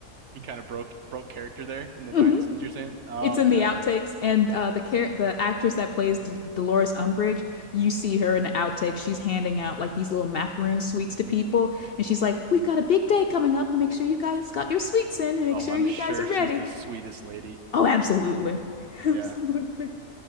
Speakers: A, on the right; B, on the left.
A: he kind of broke broke character there
B: <laughs>
A: in the
B: Mhm.
A: behind the scenes you're saying? Oh,
B: It's in
A: gotcha.
B: the outtakes, and uh, the char the actress that plays D Dolores Umbridge, you see her in the outtakes. She's handing out like these little macaroon sweets to people, and she's like, "We've got a big day coming up. Make sure you guys got your sweets in, and make
A: Oh,
B: sure
A: I'm
B: you
A: sure
B: guys are
A: she's
B: ready."
A: the sweetest lady.
B: Oh, absolutely, <laughs> absolutely.
A: Yeah.